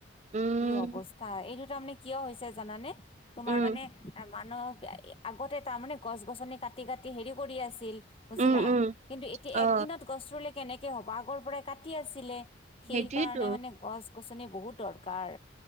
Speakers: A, on the right; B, on the left.
A: উম
B: কি অৱস্থা এইটো তাৰমানে কিয় হৈছে জানানে তোমাৰ
A: উম
B: মানে মানুহ আগতে তাৰমানে গছ গছনি কাটি কাটি হেৰি কৰি আছিল। বুজিলা
A: উম উম
B: কিন্তু এতিয়া
A: অ
B: একদিনত গছ ৰুলে কেনেকে হ'ব আগৰ পৰাই কাটি আছিলে। সেই
A: সেইটোয়েতো
B: কাৰণে মানে গছ গছনি বহুত দৰকাৰ